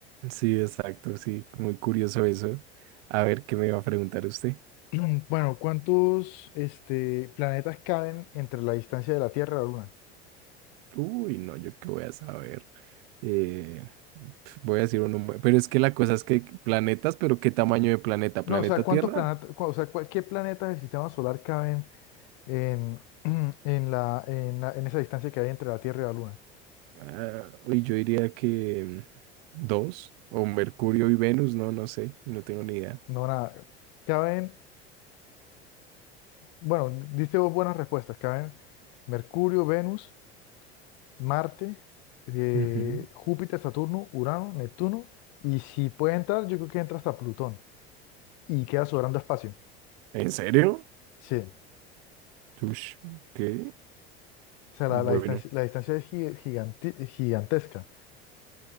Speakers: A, on the right; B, on the left.
A: Sí, exacto, sí, muy curioso eso. A ver, ¿qué me iba a preguntar usted?
B: <clears throat> Bueno, ¿cuántos este, planetas caben entre la distancia de la Tierra a la Luna?
A: Uy, no, yo qué voy a saber. Eh, pf, voy a decir uno, mu- pero es que la cosa es que planetas, pero ¿qué tamaño de planeta?
B: No,
A: ¿Planeta
B: o sea, ¿cuántos
A: Tierra?
B: planetas, o sea, cuál- qué planetas del sistema solar caben en, <clears throat> en la, en la- en esa distancia que hay entre la Tierra y la Luna?
A: Ah, uy, yo diría que dos, o Mercurio y Venus, no, no sé, no tengo ni idea.
B: No, nada. Caben, bueno, diste vos buenas respuestas. Caben Mercurio, Venus. Marte, eh,
A: Ujú.
B: Júpiter, Saturno, Urano, Neptuno, y si puede entrar, yo creo que entra hasta Plutón y queda sobrando espacio.
A: ¿En serio?
B: Sí, o
A: Ush, ¿qué?
B: sea, la,
A: Bueno,
B: la distancia, la distancia es gi- giganti- gigantesca.